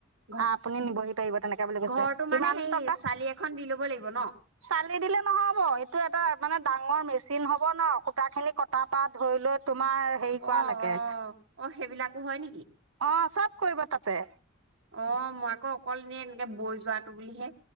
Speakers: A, on the right (about 65°); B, on the right (about 80°).
A: ঘ
B: আপুনি নিবহি পাৰিব তেনেকে বুলি কৈছে
A: ঘৰটো মানে
B: কিমান
A: সেই
B: টকা
A: চালি এখন দি ল'ব লাগিব ন
B: চালি দিলে নহব এইটো এটা মানে ডাঙৰ মেচিন হ'ব ন খুটাখিনি কটাৰ পৰা ধৰি লৈ তো মাৰ হেৰি কৰা
A: অ
B: লৈকে
A: অ সেইবিলাকো অ হয় নেকি?
B: অহ চব কৰিব তাতে
A: অ মই আকৌ অকল নে এনেকে বৈ যোৱাটো বুলিহে